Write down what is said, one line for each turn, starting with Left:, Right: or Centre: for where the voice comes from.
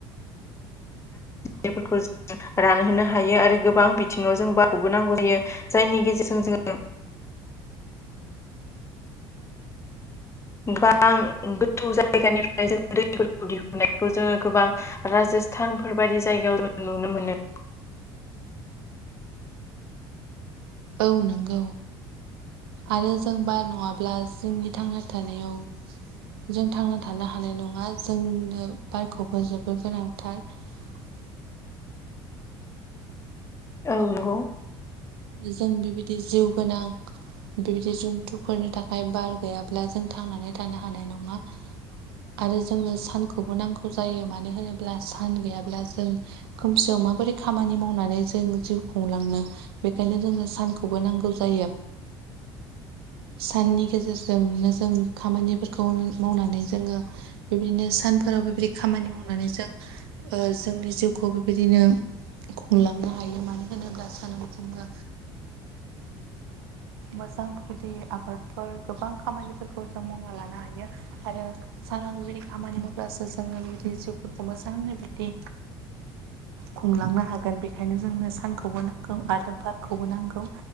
Right: <unintelligible>
Left: बेफोरखौ जों रानहोनो हायो आरो गोबां बिथिङाव जों बारखौबो नांगौ जायो जायनि गेजेरजों
Right: <unintelligible>
Left: जोङो गोबां गोथौ जायगानिफ्राय जों दैफोरखौ दिहुनो जायखौ जोंङो गोबां राजस्थानफोर बायदि जायगायाव जों नुनो मोनो
Right: औ नंगौ आरो जों बार नङाब्ला जोंनि थांना थानायाव जों थांना थानो हानाय नङा जोंनो बारखौबो जोबोद गोनांथार <unintelligible>
Left: औ नंगौ
Right: जों बेबायदि जिउ गोनां बेबायदि जन्थुफोरनि थाखाय बार गैयाब्ला जों थांनानै थानो हानाय नङा आरो जोंनो सानखौबो नांगौ जायो मानो होनोब्ला सान गैयाब्ला जों खोमसियाव माबोरै खामानि मावनानै जों जिउ खुंलांनो ओंखायनो जोंनो सानखौबो नांगौ जायो साननि गेजेरजोंनो जों खामानिफोरखौ मावनानै जोङो बेबायदिनो सान फोराव बेबायदि खामानि मावनानै जों ओ जोंनि जिउखौ बेबायदिनो खुंलांनो हायो मानो होनोब्ला सानाव जोङो मोजां गुदि आबादफोर गोबां खामानिफोरखौ जों मावना लानो हायो आरो बाव बेबायदि खामानि मावब्लासो जोङो बिबायदि जिउफोरखौ मोजाङै बिदि खुंलांनो हागोन बेखायनो जोंनो सानखौबो नांगौ आरोबा खौबो नांगौ